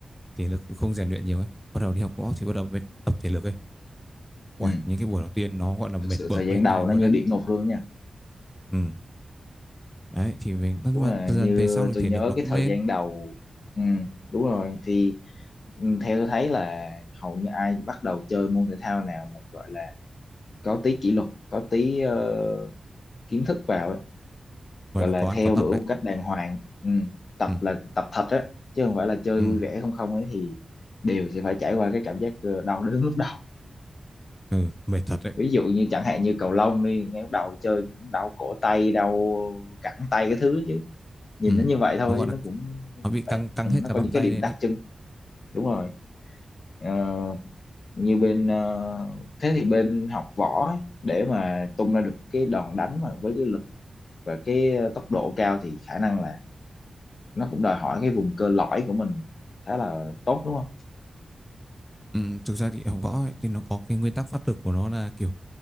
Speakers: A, in the centre; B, on the left.
A: thể lực cũng không rèn luyện nhiều ấy bắt đầu đi học võ thì bắt đầu mới tập thể lực ấy Uầy,
B: Ừ.
A: những cái buổi đầu tiên nó gọi là mệt
B: thực sự
A: bở
B: thời gian
A: hết
B: đầu
A: tai luôn
B: nó như
A: đấy
B: địa ngục luôn nha
A: ừ đấy thì mình nhưng
B: đúng
A: mà
B: là
A: dần
B: như
A: dần về sau thì
B: tôi
A: thể
B: nhớ
A: lực nó cũng
B: cái thời
A: lên
B: gian đầu ừ. đúng rồi thì ừ, theo tôi thấy là hầu như ai bắt đầu chơi môn thể thao nào mà gọi là có tí kỷ luật có tí ờ, kiến thức vào ấy
A: gọi
B: gọi
A: là
B: là
A: có ăn
B: theo
A: có tập
B: đuổi
A: đấy
B: một cách đàng hoàng ừ. tập
A: ừ
B: là tập thật á chứ không phải là chơi
A: ừ,
B: vui vẻ không không ấy thì đều sẽ phải trải qua cái cảm giác ờ, đau đớn lúc đầu
A: ừ mệt thật đấy
B: ví dụ như chẳng hạn như cầu lông đi ngay lúc đầu chơi cũng đau cổ tay đau cẳng tay cái thứ chứ nhìn
A: ừ
B: nó như vậy thôi
A: nó gọi
B: chứ
A: là
B: nó cũng
A: nó bị căng
B: đấy,
A: căng
B: ừ,
A: hết
B: nó
A: cả
B: có
A: bắp
B: những
A: tay
B: cái điểm
A: lên
B: đặc
A: đấy
B: trưng đúng rồi Ờ, như bên ờ, thế thì bên học võ ấy, để mà tung ra được cái đòn đánh mà với cái lực và cái tốc độ cao thì khả năng là nó cũng đòi hỏi cái vùng cơ lõi của mình khá là tốt đúng không
A: Ừ, thực ra thì ở võ ấy, thì nó có cái nguyên tắc phát lực của nó là kiểu